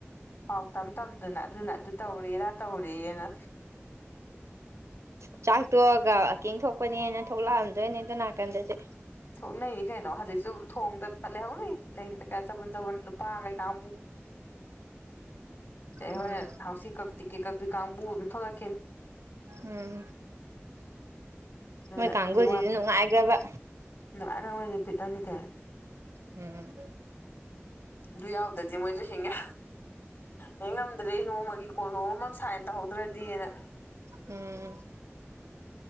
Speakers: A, on the left; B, on the right.
A: ꯄꯥꯎ ꯇꯝ ꯇꯝꯗꯅ ꯑꯗꯨꯅ ꯑꯗꯨ ꯇꯧꯔꯦ ꯑꯗꯥ ꯇꯧꯔꯦꯅ
B: ꯎꯆꯥꯛ ꯇꯣꯛꯑꯒ ꯋꯀꯤꯡ ꯊꯣꯛꯄꯅꯦꯅ ꯊꯣꯛꯂꯛꯑꯝꯗꯣꯏꯅꯦ ꯑꯗꯨ ꯅꯥꯀꯟꯗꯗꯤ
A: ꯁꯣꯛꯅꯩꯅꯤ ꯀꯩꯅꯣ ꯍꯧꯖꯤꯛꯁꯨ ꯊꯣꯡꯗ ꯂꯩꯍꯧꯔꯤ ꯆꯕꯨꯟ ꯆꯕꯨꯟ ꯅꯨꯄꯥ ꯀꯩꯀꯥ <unintelligible>
B: ꯎꯝ
A: ꯍꯣꯔꯦꯟ ꯍꯥꯎꯁꯤ ꯀꯛ ꯇꯤꯀꯦꯠ ꯀꯛꯄꯤ ꯀꯥꯡꯕꯨ ꯑꯃ ꯊꯣꯛꯂꯛ
B: ꯎꯝ
A: ꯑꯗꯨꯅ
B: ꯃꯣꯏ ꯀꯥꯡꯒꯨꯖꯤꯖꯨ
A: ꯃꯤ ꯋꯥꯠꯇꯦ
B: ꯅꯨꯡꯉꯥꯏꯒ꯭ꯔꯕ
A: <unintelligible>
B: ꯎꯝ
A: ꯑꯗꯨ ꯌꯥꯎꯇꯗꯤ ꯃꯣꯏꯁꯨ ꯍꯤꯡꯉꯦ ꯍꯤꯡ ꯉꯝꯗ꯭ꯔꯦ ꯅꯣꯡꯃꯒꯤ ꯀꯣꯂꯣꯝ ꯑꯃ ꯁꯥꯏꯟ ꯇꯧꯍꯧꯗ꯭ꯔꯗꯤꯅ
B: ꯎꯝ